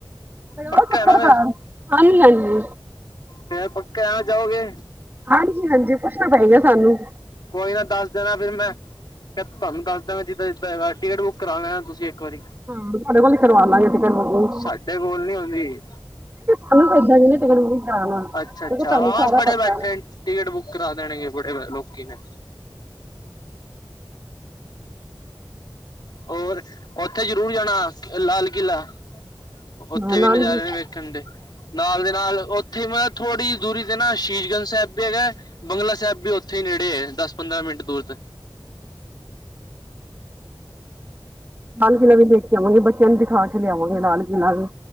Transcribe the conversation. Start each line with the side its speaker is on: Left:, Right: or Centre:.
Right: ਲਗਾਓ
Left: ਪੱਕਾ
Right: ਚੱਕਰ
Left: ਹੈਨਾ ਫਿਰ,
Right: ਘਰ ਹਾਂਜੀ ਹਾਂਜੀ
Left: ਫੇਰ ਪੱਕੇ ਆ ਜਾਓਗੇ।
Right: ਹਾਂਜੀ-ਹਾਂਜੀ, ਪੁੱਛਣਾ ਪਏਗਾ ਸਾਨੂੰ।
Left: ਕੋਈ ਨਾ ਦੱਸ ਦੇਣਾ ਫਿਰ ਮੈਂ ਕਿ ਤੁਹਾਨੂੰ ਦਸ ਦੇਵਾਂ ਮੈਂ ਜਿੱਦਾਂ ਜਿੱਦਾਂ ਹੈ ਟਿਕਟ ਬੁੱਕ ਕਰਾ ਲੈਣਾ ਤੁਸੀਂ ਇੱਕ ਵਾਰੀ
Right: ਹਾਂ, ਤੁਹਾਡੇ ਕੋਲ ਕਰਵਾ ਲਾਂਗੇ ਅਸੀਂ ਨਹੀਂ,
Left: ਸਾਡੇ ਕੋਲ ਨੀ ਹੁੰਦੀ
Right: ਸਾਨੂੰ ਤਾਂ ਇਹਦਾਂ ਦੀ ਨੀ ਟਿਕਟ ਕਰਾਉਣ ਵਾਸਤੇ
Left: ਅੱਛਾ-ਅੱਛਾ,
Right: ਕਿਉਂਕਿ ਤੁਹਾਨੂੰ
Left: ਹਾਂ,
Right: ਸਾਰਾ
Left: ਬੜੇ
Right: ਪਤਾ
Left: ਬੈਠੇ
Right: ਹੈ
Left: ਨੇ ਟਿਕਟ ਬੁੱਕ ਕਰਾ ਦੇਣਗੇ ਬੜੇ ਲੋਕੀ ਨੇ, ਹੋਰ, ਉੱਥੇ ਜ਼ਰੂਰ ਜਾਣਾ ਲਾਲ ਕਿਲ੍ਹਾ, ਉੱਥੇ
Right: ਹਾਂ
Left: ਵੀ
Right: ਨਾਲ
Left: ਨਜ਼ਾਰੇ
Right: ਹੀ
Left: ਨੇ ਵੇਖਣ ਦੇ, ਨਾਲ ਦੇ ਨਾਲ ਉੱਥੇ ਮਤਲਬ ਥੋੜ੍ਹੀ ਜਹੀ ਦੂਰੀ ਤੇ ਨਾ ਸ਼ਹੀਦਗੰਜ ਸਾਹਿਬ ਵੀ ਹੈਗਾ। ਬੰਗਲਾ ਸਾਹਿਬ ਵੀ ਉੱਥੇ ਹੀ ਨੇੜੇ ਹੈ ਦਸ ਪੰਦਰਾਂ ਮਿੰਟ ਦੂਰ ਤੇ,
Right: ਲਾਲ ਕਿਲ੍ਹਾ ਵੀ ਦੇਖ ਕੇ ਆਵਾਂਗੇ, ਬੱਚਿਆਂ ਨੂੰ ਦਿਖਾ ਕੇ ਲਿਆਵਾਂਗੇ ਲਾਲ ਕਿਲ੍ਹਾ ਵੀ,